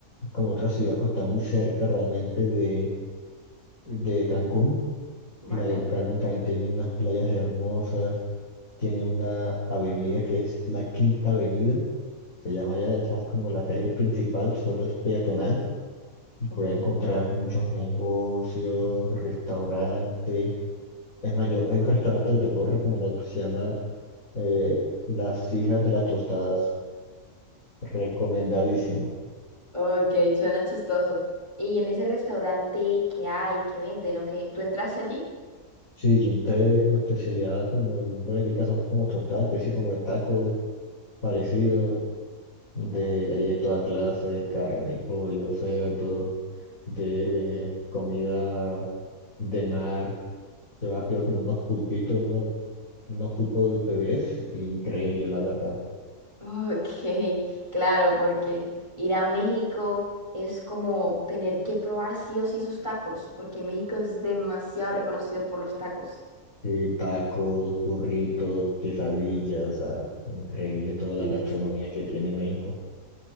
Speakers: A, on the left (about 70°); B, on the right (about 20°).
A: como otra ciudad, pues está muy cerca realmente de, de Cancún.
B: ¿vale?
A: Playa del Carmen también tiene unas playas hermosas, tiene una avenida que es la Quinta Avenida, se llama ya, esa es como la calle principal, solo es peatonal y
B: Ok.
A: puede encontrar muchos negocios, restaurantes. Es más, yo, hay un restaurante que te puedo recomendar que se llama eh, Las Hijas de las Tostadas. Recomendadísimo.
B: Ok, suena chistoso. ¿Y en ese restaurante qué hay, qué venden o qué? ¿Tú entraste allí?
A: Sí, yo entré, la especialidad, como el nombre indica, son como tostadas, especie como de tacos parecidos, de, hay de toda clase, carne, pollo, cerdo, de comida de mar. Yo pido como unos pulpitos, unos, unos pulpos de bebés, increíble, la verdad.
B: Ok, <laughs> claro, porque ir a México es como tener que probar sí o sí sus tacos, porque México es demasiado reconocido por los tacos.
A: Sí, tacos, burritos, quesadillas, o sea, increíble toda
B: Sí,
A: la gastronomía
B: sí, sí.
A: que tiene México.